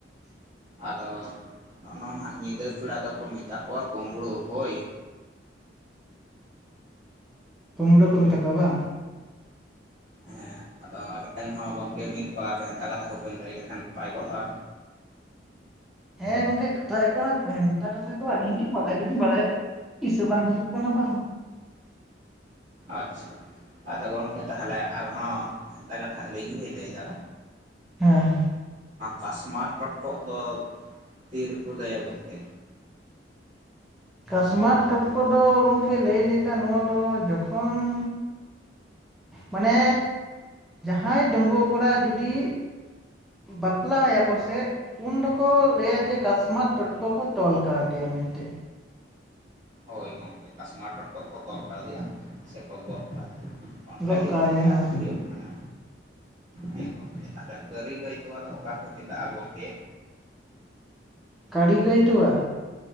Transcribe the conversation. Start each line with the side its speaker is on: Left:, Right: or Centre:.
Right: ᱟᱫᱚ ᱱᱚᱜᱼᱚ ᱱᱟᱦᱟᱸᱜ ᱧᱤᱫᱟᱹ ᱯᱮᱲᱟ ᱫᱚᱠᱚ ᱢᱮᱛᱟ ᱠᱚᱣᱟ ᱠᱩᱢᱵᱽᱲᱩ ᱦᱳᱭ
Centre: ᱠᱩᱢᱲᱩ ᱠᱚ ᱢᱮᱛᱟᱠᱚᱣᱟ ᱵᱟ
Right: ᱦᱮᱸ ᱟᱫᱚ ᱟᱵᱮᱱ ᱦᱚᱸ ᱜᱚᱝᱠᱮ ᱢᱤᱫ ᱵᱟᱨ ᱵᱷᱮᱱᱛᱟ ᱠᱟᱛᱷᱟ ᱠᱚᱵᱮᱱ ᱞᱟᱹᱭ ᱞᱮᱠᱷᱟᱱ ᱱᱟᱳᱟᱭ ᱠᱚᱜᱼᱟ
Centre: ᱦᱮᱸ ᱜᱚᱝᱠᱮ ᱠᱟᱛᱷᱟ ᱦᱩᱭᱩᱜ ᱠᱟᱱᱟ ᱵᱷᱮᱱᱛᱟ ᱠᱟᱛᱷᱟ ᱛᱚ ᱟᱹᱞᱤᱧ ᱦᱚᱸᱞᱤᱧ ᱵᱟᱰᱟᱭ ᱫᱚ ᱞᱤᱧ ᱵᱟᱰᱟᱭ ᱫᱤᱥᱟᱹ ᱵᱟᱝ ᱦᱮᱡᱩ ᱠᱟᱱᱟ ᱵᱟᱝ
Right: ᱟᱪᱪᱷᱟ ᱟᱫᱚ ᱜᱚᱝᱠᱮ ᱛᱟᱦᱚᱞᱮ ᱟᱨᱦᱚᱸ ᱵᱷᱮᱱᱛᱟ ᱠᱟᱛᱷᱟ ᱟᱹᱞᱤᱧ ᱜᱮᱞᱤᱧ ᱞᱟᱹᱭ ᱫᱟ
Centre: ᱦᱮᱸ
Right: ᱠᱟᱥᱢᱟᱨ ᱴᱚᱴ ᱠᱚᱜ ᱫᱚ ᱛᱤᱨᱮᱠᱚ ᱞᱟᱹᱭᱟ ᱜᱚᱝᱠᱮ
Centre: ᱠᱟᱥᱢᱟᱨ ᱴᱚᱴᱠᱚ ᱫᱚ ᱜᱚᱝᱠᱮ ᱞᱟᱹᱭ ᱞᱮᱠᱟ ᱱᱚᱣᱟ ᱫᱚ ᱡᱚᱠᱷᱚᱱ ᱢᱟᱱᱮ ᱡᱟᱦᱟᱸᱭ ᱰᱟᱺᱜᱩᱣᱟᱹ ᱠᱚᱲᱟ ᱡᱩᱫᱤ ᱵᱟᱯᱞᱟᱭ ᱟᱠᱚᱭ ᱥᱮ ᱩᱱ ᱫᱚᱠᱚ ᱞᱟᱹᱭᱟ ᱡᱮ ᱠᱟᱥᱢᱟ ᱴᱚᱴᱠᱚ ᱠᱚ ᱛᱚᱞ ᱠᱟᱣᱫᱮᱭᱟ ᱢᱮᱱᱛᱮ
Right: ᱦᱳᱭ ᱜᱚᱝᱠᱮ ᱠᱟᱥᱢᱟᱨ ᱴᱚᱴ ᱠᱚ ᱠᱚ ᱛᱚᱞ ᱠᱟᱣᱫᱤᱭᱟ ᱥᱮᱠᱚ ᱛᱚᱞ ᱠᱟᱫᱤᱭᱟ ᱚᱱᱠᱟ
Centre: ᱜᱚᱜ
Right: ᱜᱮ
Centre: ᱠᱟᱭᱟ
Right: ᱜᱚᱝᱠᱮ
Centre: ᱦᱳᱭ
Right: ᱟᱨᱦᱚᱸ ᱦᱩᱭᱩᱜ ᱠᱟᱱᱟ ᱦᱮᱸ ᱜᱚᱝᱠᱮ ᱛᱟᱦᱚᱞᱮ ᱠᱟᱹᱨᱤ ᱜᱟᱹᱭ ᱛᱚᱣᱟ ᱫᱚ ᱚᱠᱟ ᱠᱚ ᱢᱮᱛᱟᱜᱼᱟ ᱜᱚᱝᱠᱮ
Centre: ᱠᱟᱹᱨᱤ ᱜᱟᱹᱭ ᱛᱳᱣᱟ᱾